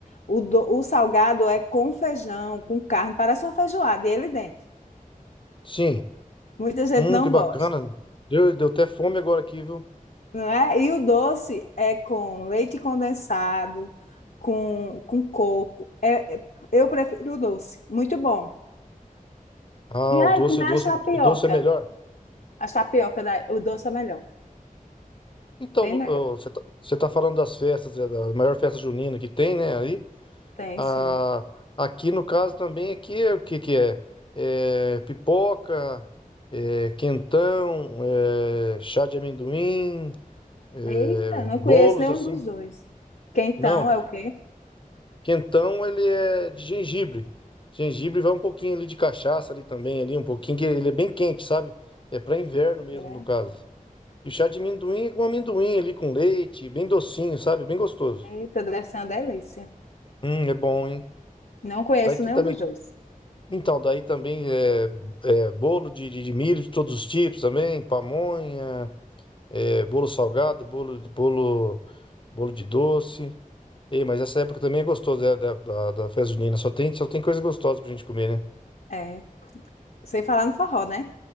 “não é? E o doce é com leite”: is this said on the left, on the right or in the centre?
Left